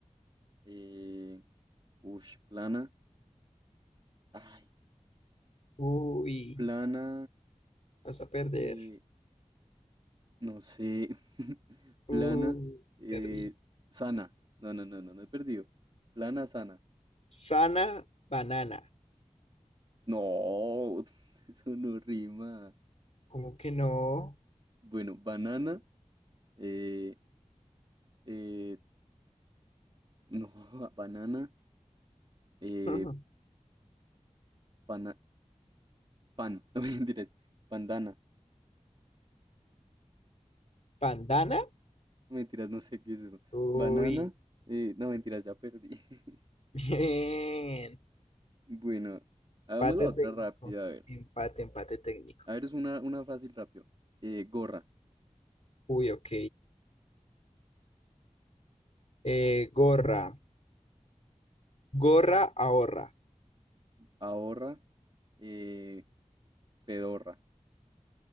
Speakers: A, on the right; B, on the left.
A: eh, ush, plana. Ay,
B: Uy,
A: plana,
B: vas a perder.
A: eh, No sé. <laughs> Plana,
B: Uy,
A: eh,
B: perdí.
A: sana. No, no, no, no, no he perdido. Plana, sana.
B: Sana banana.
A: No, <laughs> eso no rima.
B: ¿Cómo que no?
A: Bueno, banana, eh, eh, no, <laughs> banana, eh,
B: <laughs>
A: pana- pan, <laughs> no mentiras, pandana,
B: ¿Bandana?
A: no mentiras, no sé qué es eso.
B: Uy,
A: Banana, eh, no mentiras, ya perdí. <laughs>
B: bien.
A: Bueno, hagamos
B: Empate
A: la otra
B: técnico.
A: rápida, a ver.
B: Empate, empate técnico.
A: A ver, es una, una fácil rápido. Eh, gorra,
B: Uy, ok. Eh, gorra. Gorra ahorra.
A: ahorra, eh, pedorra.